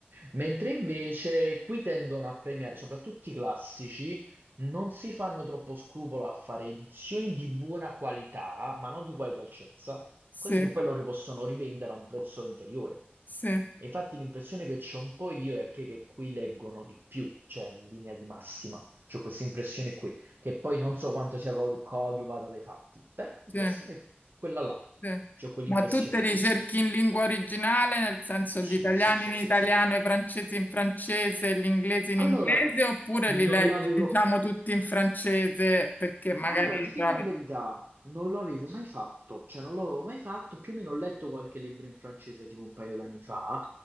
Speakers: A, on the right (about 55°); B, on the left (about 45°).
A: Mentre invece qui tendono a premiare soprattutto i classici non si fanno troppo scrupolo a fare edizioni di buona qualità, ma non di qualità altezza,
B: sì,
A: così che poi loro possono rivendere a un prezzo inferiore.
B: sì,
A: E infatti l'impressione che c'ho un po' io è che, che qui leggono di più, cioè in linea di massima. C'ho questa impressione qui, che poi non so quanto sia co- coadiuvata dai fatti, però l'impressione
B: sì.
A: è quella là.
B: Sì.
A: C'ho quell'impressione
B: Ma tu te li
A: lì.
B: cerchi in lingua originale, nel senso
A: Sì,
B: gli italiani
A: sì, sì,
B: in
A: sì,
B: italiano,
A: sì.
B: i francesi in francese, gli inglesi in
A: Allora,
B: inglese, oppure
A: non
B: li leggi,
A: l'avevo...
B: diciamo, tutti in francese perché magari
A: Allora, ti
B: li
A: dico
B: trovi.
A: la verità, non lo avevo mai fatto, cioè non l'avevo mai fatto, più o meno ho letto qualche libro in francese tipo un paio d'anni fa,